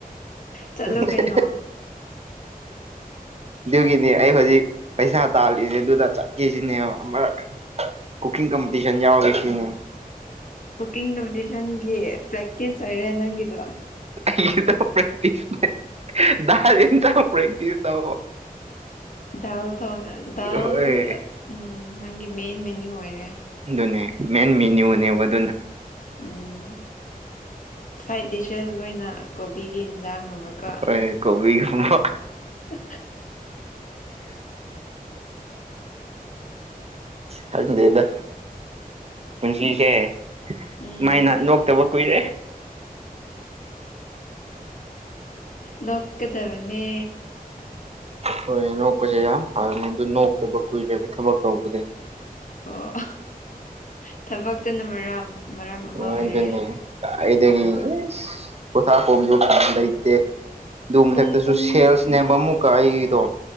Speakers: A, on the left; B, on the right.
A: ꯆꯠꯂꯣ
B: <unintelligible>
A: ꯀꯩꯅꯣ
B: ꯑꯗꯨꯒꯤꯅꯦ ꯑꯩ ꯍꯧꯖꯤꯛ ꯄꯩꯁꯥ ꯇꯥꯜꯂꯤꯁꯦ ꯑꯗꯨꯗ ꯆꯠꯀꯦꯁꯤꯅꯦꯕ ꯀꯨꯀꯤꯡ ꯀꯝꯄꯤꯇꯤꯁꯟ ꯌꯥꯎꯔꯨꯒꯦ ꯁꯤꯅꯤ
A: ꯀꯨꯀꯤꯡ ꯀꯝꯄꯤꯇꯤꯁꯟꯒꯤ ꯄ꯭ꯔꯦꯛꯇꯤꯁ ꯑꯣꯏꯔꯦ ꯅꯪꯒꯤꯗꯣ
B: ꯑꯩꯗ ꯄꯦꯛꯇꯤꯁ ꯗꯗꯥ ꯌꯦꯟꯆꯥꯡ ꯄꯦꯛꯇꯤꯁ ꯇꯧ
A: ꯗꯗꯥꯜ ꯇ ꯗꯗꯥꯥꯜ
B: ꯍꯣꯏ
A: ꯎꯝ ꯅꯪꯒꯤ ꯃꯦꯟ ꯃꯦꯅꯨ ꯑꯣꯏꯔꯦ
B: ꯑꯗꯨꯅꯦ ꯃꯦꯟ ꯃꯦꯅ꯭ꯌꯨꯅꯦꯕ ꯑꯗꯨꯅ
A: ꯎꯝ ꯁꯋꯥꯏꯠ ꯗꯤꯁꯦꯁꯈ ꯑꯣꯏꯅ ꯀꯣꯕꯤꯒꯤ ꯏꯟꯖꯥꯡꯒꯨꯝꯕꯀ
B: ꯍꯣꯏ ꯀꯣꯕꯤꯒꯨꯝꯕ
A: ꯎ
B: ꯈꯪꯗꯦꯗ ꯄꯨꯟꯁꯤꯁꯦ
A: ꯎꯝ
B: ꯁꯨꯃꯥꯏꯅ ꯅꯣꯛꯇꯕ ꯀꯨꯏꯔꯦ
A: ꯅꯣꯛꯀꯗꯕꯅꯦ
B: ꯍꯣꯏ ꯅꯣꯛꯄꯁꯦ ꯌꯥꯝ ꯐꯕꯅꯦ ꯑꯗꯨ ꯅꯣꯛꯇꯕ ꯀꯨꯏꯔꯒ ꯊꯕꯛ ꯇꯧꯕꯗꯩ
A: ꯑꯣ ꯊꯕꯛꯇꯨꯅ ꯃꯔꯝ ꯃꯔꯝ ꯑꯃ
B: ꯃꯣꯏ
A: ꯑꯣꯏꯔꯦ
B: ꯑꯗꯨꯅꯦ ꯑꯩꯗꯒꯤ
A: ꯑꯥ
B: ꯄꯣꯊꯥ ꯈꯣꯁꯨ ꯂꯩꯇꯦ ꯑꯗꯨ ꯃꯊꯛꯇꯁꯨ
A: ꯄꯨꯡ ꯄꯨꯡ
B: ꯁꯦꯜꯁꯅꯦꯕ ꯑꯃꯨꯛꯀ ꯑꯩꯒꯤꯗꯣ